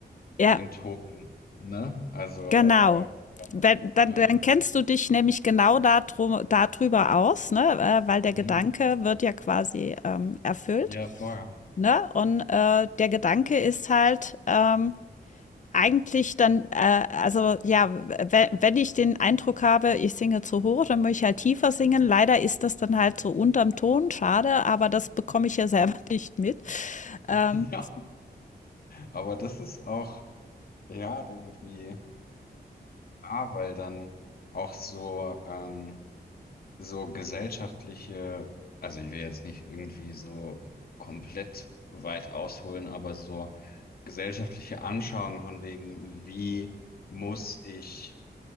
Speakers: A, on the left (about 45°); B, on the left (about 65°).
A: ja
B: den Ton, ne? Also,
A: genau.
B: äh,
A: Wenn, dann,
B: ja,
A: dann kennst du dich nämlich genau darum, darüber aus, ne? Äh, weil der
B: hm?
A: Gedanke wird ja quasi ähm, erfüllt.
B: Ja, vorher.
A: Ne? Und äh, der Gedanke ist halt, ähm, Eigentlich dann, äh, also ja, we- wenn ich den Eindruck habe, ich singe zu hoch, dann möchte ich halt tiefer singen. Leider ist das
B: Hm.
A: dann halt so unterm Ton, schade, aber das bekomme ich ja selber <laughs> nicht mit. Ähm,
B: <laughs> Ja, aber das ist auch, ja, irgendwie, ah, weil dann auch so, ähm, so gesellschaftliche, also ich will jetzt nicht irgendwie so komplett weit ausholen, aber so gesellschaftliche Anschauung von wegen, wie muss ich